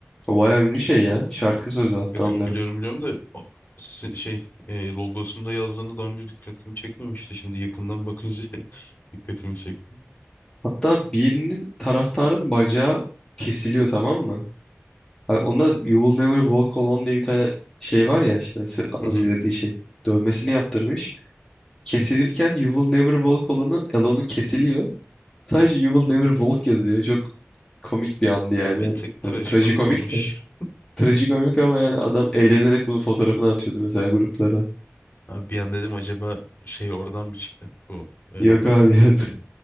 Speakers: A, on the left; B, on the left.
A: O bayağı ünlü şey ya. Şarkı sözü
B: Ya,
A: hatta
B: Yok
A: onların.
B: yok biliyorum biliyorum da a- si- şey e, logosunda yazdığını daha önce dikkatimi çekmemişti. Şimdi yakından bakınca <laughs> dikkatimi çekti.
A: Hatta birinin taraftarın bacağı kesiliyor tamam mı? Ha, Onda You Will Never Walk Alone diye bir tane şey var ya işte sö- az
B: Hı hı.
A: önce dediğin şey. Dövmesini yaptırmış. Kesilirken You Will Never Walk Alone'u Alone'u kesiliyor. Sadece You Will Never Walk yazıyor. Çok komik bir andı yani.
B: Bir tık
A: Tabii
B: trajikomik
A: trajikomik
B: olmuş.
A: de. Trajikomik ama yani adam eğlenerek bunu fotoğrafına atıyordu mesela gruplara.
B: Ha, bir an dedim acaba şey oradan mı çıktı bu? e,
A: Yok abi. <laughs>